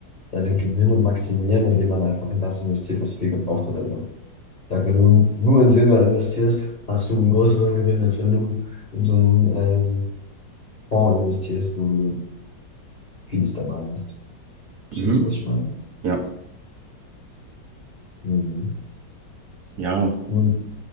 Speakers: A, on the left; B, on the right.
A: seine Gewinne maximieren, indem man einfach in das investiert, was viel gebraucht wird. Also, ich sag, wenn du nur in Silber investierst, hast du einen größeren Gewinn, als wenn du in so einen ähm, Fonds investierst, wo du vieles dabei hast. Verstehst
B: Mhm.
A: du, was ich meine?
B: Ja.
A: Mhm.
B: Ja.
A: Mhm.